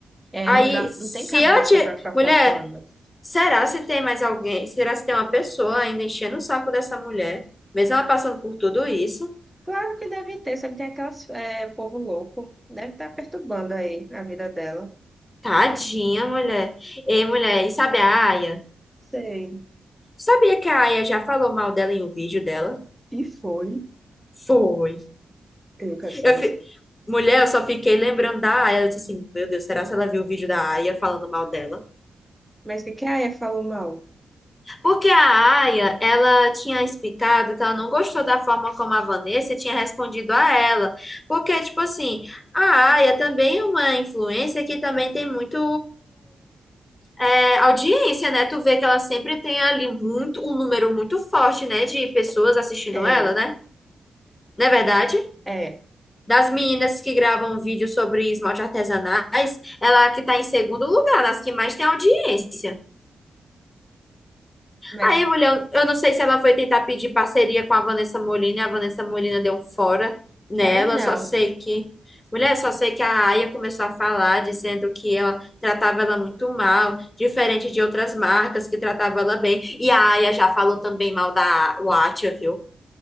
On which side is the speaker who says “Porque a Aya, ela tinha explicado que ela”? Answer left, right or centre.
Left